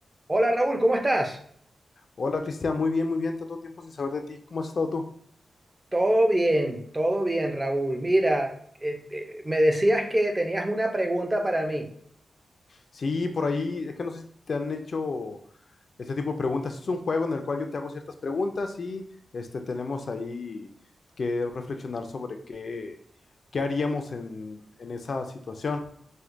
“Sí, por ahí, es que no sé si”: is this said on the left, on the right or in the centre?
Left